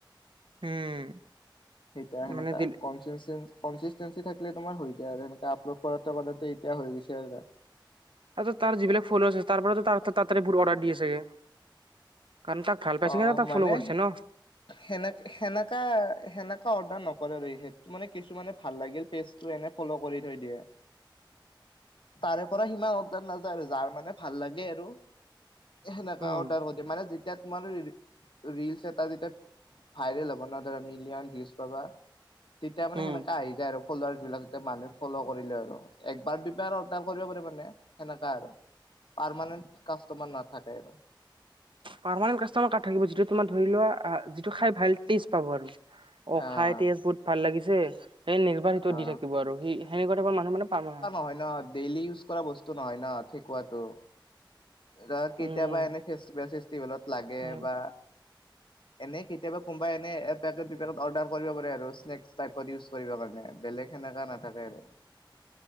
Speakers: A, on the right; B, on the left.
A: উম।
B: <unintelligible>
A: মানে দিল
B: কনচিষ্টেঞ্চি থাকিলে তোমাৰ হৈ যায় আৰু সেনেকে আপলোড কৰাতে কৰাতে এতিয়া হৈ গৈছে আৰু তাৰ।
A: ত তাৰ যিবিলাক ফিলোৱাৰ্চ আছে তাৰ পৰা ত তাতি বহুত অৰ্ডাৰ দিয়ে চাগে কাৰণ তাক ভাল পাইছে
B: অ',
A: কাৰণে তাক
B: মানে
A: ফ'ল' কৰিছে ন।
B: সেনে সেনেকা সেনেকা অৰ্ডাৰ নকৰে আৰু সেটো মানে কিছুানে ভাল লাগিল পেজ টো এনে ফ'ল' কৰি থৈ দিয়ে।
A: <inaudible>
B: তাৰে পৰা সিমান অৰ্ডাৰ নাযায় আৰু যাৰ মানে ভাল লাগে আৰু সেনেকা
A: উম,
B: অৰ্ডাৰ মানে যেতিয়া তোমাৰ ৰিলচ এটা যেতিয়া ভাইৰেল হ'ব ন ধৰা মিলঅ'ন ভিউজ পাবা তেতিয়া মানে
A: উম।
B: সেনেককা আহি যায় আৰু। ফলোৱাৰ্ছ বিলাক মানুহে ফল' কৰিলে আৰু একবাৰ দুইবাৰ অৰ্ডাৰ কৰিব পাৰে মানে সেনেকা আৰু। পাৰমানেণ্ট কাষ্টমাৰ নাথাকে আৰু।
A: পাৰ্মমানেণ্ট কাষ্টমাৰ কাট থাকিব যিটো তোমাৰ ধৰি লোৱা যিটো খাই ভাল টেষ্ট পাব আৰু। অ',
B: আহ
A: খাই টেষ্ট বহুত ভাল লাগিছে স <unintelligible> সেইটো
B: আহ
A: দি থাকিব আৰু সি সেনেকুৱা এ মানুহ মানে পাম নহয়।
B: হয় ন ডেইলি ইউজ কৰা বস্তু নহয় ন ঠেকুৱাটো। ৰ কেতিয়াবা
A: উম,
B: এনে ফেষ্টিভেল ত লাগে
A: অ'।
B: বা এনে কেতিয়াবা কোনোবাই এনে <unintelligible> অৰ্ডাৰ কৰিব পাৰে আৰু স্নেক্স টাইপৰ ইউজ কৰিব কাৰণে বেলেগ সেনেকা নাথাকে আৰু।